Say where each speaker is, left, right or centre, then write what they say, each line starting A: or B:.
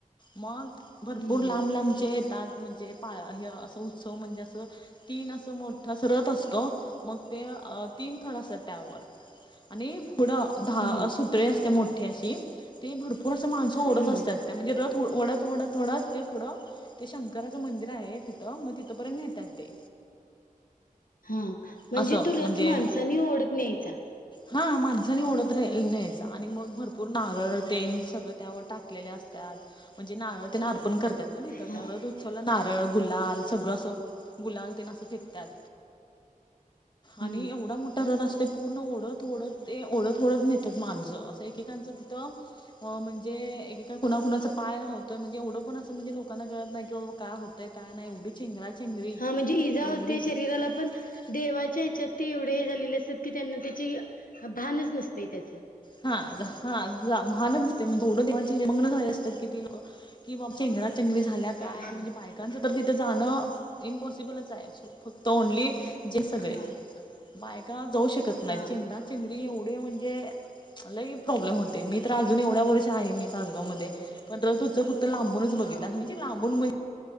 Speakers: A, on the left; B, on the left.
A: मग भरपूर
B: हं,
A: लांब लांबचे येतात. म्हणजे पा हे असं, उत्सव म्हणजे असं, तीन असं मो ठं अस रथ असतो. मग ते, तीन थर असतात त्यावर. आणि फूढं हा,
B: हं,
A: सुटळे असते मोठठी अशी. ते भरपूर असं माणसं ओढत
B: हं.
A: असतात. त्या म्हणजे रथ ओढत - ओढत -ओढत ते पुढं ते शंकराचं मंदिर आहे, तिथं. मग तिथपर्यंत नेतात ते.
B: हा. म्हणजे
A: असं
B: तो
A: म्हणजे
B: रथ, माणसानी ओढत न्यायचा.
A: हा माणसानी ओढत राही, न्यायचा. आणि मग भरपूर नारळ तेन सगळं त्यावर टाकलेले असतात. म्हणजे नारळ तेन अर्पण करत्यात ना, तिथं.
B: हां,
A: त्या रथ उत् सोला नारळ, गुलाल, सगळं असं, गुलाल ते न असं फेकत्यात.
B: हं.
A: आणि एवढा मोठा रद असतय, पूर्ण ओढत- ओढत ते ओढत थोडंच नेत माणसं. असं एकेकांचं तिथं म्हणजे, एकेका कुणा - कुणाचा पाय हो, म्हणजे एवढं पण असं म्हणजे लोकांना कळत नाही की, बाबा का होतय काय नाही. एवढी चेंगरा -चेंगरी
B: हां, म्हणजे इजा
A: एवढी
B: होते शरीराला
A: <unintelligible>
B: पण देवाच्या ह्याच्यात ते एवढे हे झालेले असतात की, त्यांना त्याची, भानच नसतय त्याचं.
A: हा, जा हा. जा भानच नसतय. म्हणजे एवढं देवाचेे हे मग्न झाले असतात की, ती लोकं. कि बा चेंगरा -चेंगरी झाल्या काय
B: हां,
A: यार म्हणजे, बायकांचं तर तिथे जाणं, इम्पॉसिबलचाय. फक्त ओनली जेंट्स सगळे.
B: हां,
A: बायका जाऊ शकत नाही.
B: हां,
A: चेंगरा-
B: हां,
A: चेंगरी एवढे म्हणजे लई प्रॉब्लेम होतय. मी तर अजून एवढ्या वर्ष आहे, मी सासगाव मध्ये पण रथ उत्सव फक्त लांबूनच
B: हां.
A: बघितला. म्हणजे लांबून म्हण